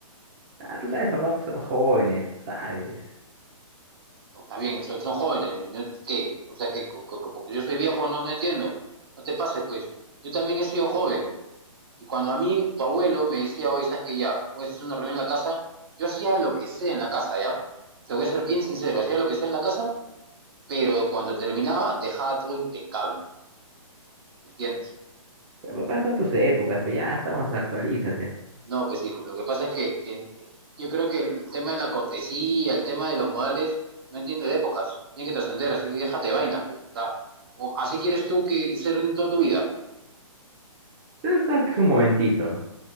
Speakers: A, on the right; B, on the right.
A: Ah, tú sabes, papá, pues somos jóvenes, tú sabes.
B: No, está bien, son, son jóvenes. Yo, ¿qué? O sea, que porque yo soy viejo no, no entiendo. No te pases, pues. Yo también he sido joven. Y cuando a mí tu abuelo me decía, oye, sabes que ya, puedes hacer una reunión en la casa, yo hacía lo que sea en la casa, ¿ya? Te voy a ser bien sincero, hacía lo que sea en la casa, pero cuando terminaba dejaba todo impecable, ¿me entiendes?
A: Pero, papá, son tus épocas, pero ya estamos, actualízate.
B: No, pues hijo, lo que pasa es que en- yo creo que el tema de la cortesía, el tema de los modales, no entiende de épocas, tiene que trascender, así que déjate de vainas, pues. O sea, o así quieres tú que ser en toda tu vida.
A: Tú sabes que es un momentito.